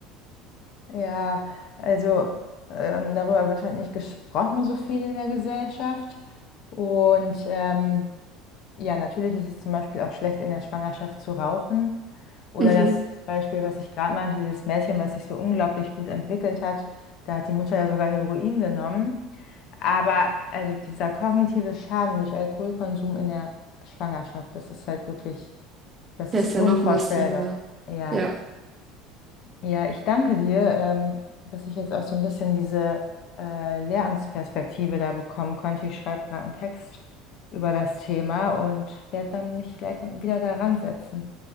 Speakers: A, on the left (about 55°); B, on the right (about 25°).
A: Ja, also ähm, darüber wird halt nicht gesprochen so viel in der Gesellschaft. Und ähm, Ja, natürlich ist es zum Beispiel auch schlecht, in der Schwangerschaft zu rauchen. Oder
B: Mhm.
A: das Beispiel, was ich gerade meinte, dieses Mädchen, was sich so unglaublich gut entwickelt hat, da hat die Mutter ja sogar Heroin genommen. Aber also dieser kognitive Schaden durch Alkoholkonsum in der Schwangerschaft, das ist halt wirklich, das
B: Der
A: ist
B: ist
A: unvorstellbar.
B: ja noch massiver.
A: Ja.
B: Ja.
A: Ja, ich danke dir, ähm, dass ich jetzt auch so ein bisschen diese äh, Lehramtsperspektive da bekommen konnte. Ich schreibe gerade einen Text über das Thema und werde dann mich gleich wieder daran setzen.